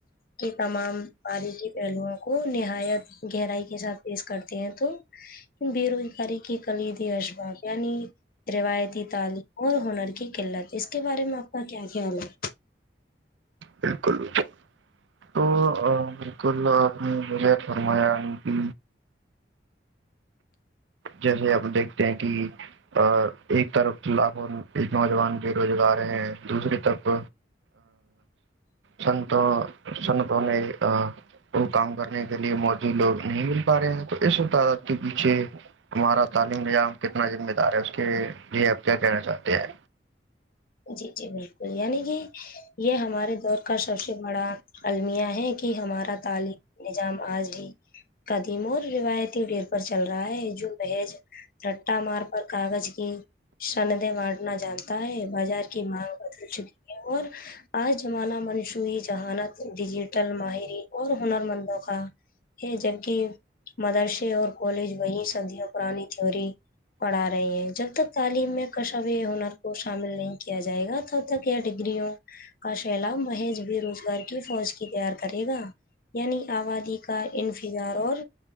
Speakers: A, on the left; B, on the right.
A: کہ تمام باریغی پہلوؤں کو نہایت گہرائی کے ساتھ پیش کرتے ہیں تو بے روزگاری کی کلید ہے اسباب یعنی روایتی تعلیم اور ہنر کی قلت اس کے بارے میں آپ کا کیا خیال ہے
B: بالکل تو بالکل آپ نے م فرمایا کہ جیسے آپ دیکھتے ہیں کہ ا ایک طرف لاکھوں نوجوان بے روزگار ہیں دوسری طرف سن تو سن تووں نہیں وہ کام کرنے کے لیے موجود لوگ نہیں مل پا رہے ہیں تو اس و تعداد کے پیچھے ہمارا تعلیم نظام کتنا ذمہ دار ہے اس کے لیے آپ کیا کہنا چاہتے ہیں
A: جی جی بالکل یعنی کہ یہ ہمارے دور کا سب سے بڑا المیہ ہے کہ ہمارا تعلیم نظام آج بھی قدیم اور روایتی گھیڑ پر چل رہا ہے ج محیج رٹا مار پر کاغذ کی شندے بانٹنا جانتا ہے بازار کی مانگ بدل چکی ہے اور آج زمانہ منشوعی جذہانت ڈیجیٹل ماہرین اور ہنر مندوقا ہے جبک مدرسے اور کالج وہیں صدیوں پرانی تھیی پڑھا رہی ہیں جب تک تعلیم میں کشو ہنر کو شامل نہیں کیا جائے گا تب تک یا ڈگریوں کا سیلاب مہیج بے روزگار کی فوج کی تیار کرے گا یعنی آبادی کا انفظار اور